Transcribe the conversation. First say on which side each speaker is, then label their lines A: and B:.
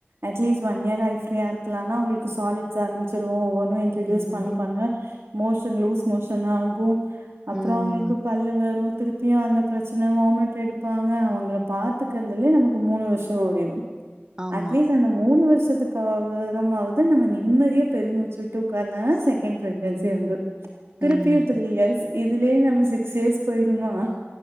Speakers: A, on the right; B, on the right.
A: அட்லீஸ்ட் ஒன் இயர் லைஃப் ஃப்ரியா இருக்லானா அவுங்களுக் சாலிட்ஸ் ஆரம்பிச்சுரு ஒன் இன்ட்ரடியூஸ்
B: ம்
A: பண்ண பண்ண மோஷன் லூஸ் மோஷன் ஆகு அப்றோ
B: ம்
A: அவுங்களுக்கு பல்லு வரு திருப்பியு அந்த பிரச்சன வாமிட் எடுப்பா அ அவுங்கள பாத்துக்கிறதுலயே நமக் மூணு வர்ஷோ ஒடிடு
B: ஆமா
A: அட்லீஸ் அந்த முணு வர்ஷ் ஷத்துகாவது நம்ம நிம்மதியா பெருமூச்சு விட்டு உக்கார்லானா செகண்ட் ப்ரெக்னன்சி வந்துரு திருப்பியு
B: ம்
A: த்ரீ
B: ம்
A: இயர்ஸ் இது லயே நம்ம சிக்ஸ் இயர்ஸ் போய்ருமா